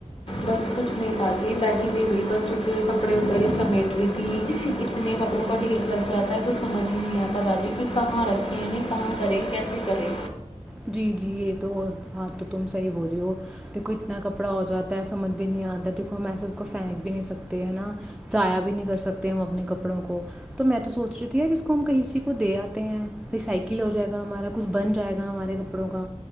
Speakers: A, on the left; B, in the centre.
A: بس کچھ نہیں باجی بیٹھی ہوئی وہی بچوں کے کپڑے وپڑے سمیٹ رہی تھی اتنے کپڑوں کا ڈھیر لگ جاتا ہے توچھ سمجھ ہی نہیں آتا باجو کہ کہاں رکھیں یعیں کہاں کریں کیسے کریں
B: جی جی یہ تو بات تو تم صحی بول رہی ہو دیکھو اتنا کپڑا ہو جاتا ہے سمجھ بھی نہیں آتا دیکھو ہم ایسے اس کو پھینک بھی نہیں سکتے ہے نا ضائیا بھی نہیں کر سکتے ہم اپنے کپڑوں کو تو میں تو سوچ رہی تھی ی جس کو ہم کہیںسی کو دے آتے ہیں ریسائکل ہو جائے گا ہمارا کچھ بن جائے گا ہمارے کپڑوں کا